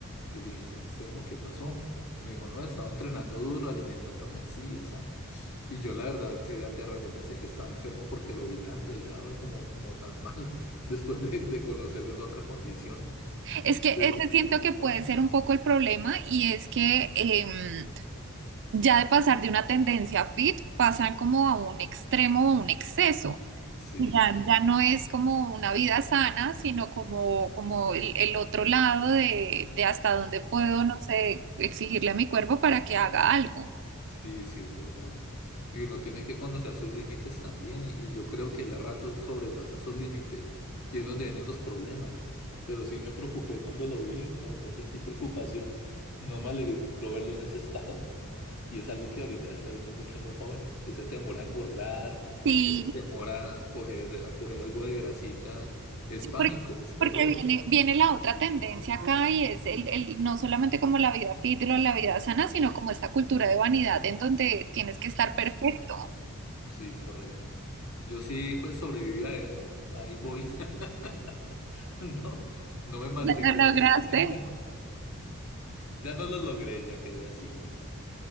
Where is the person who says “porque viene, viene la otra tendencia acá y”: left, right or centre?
Right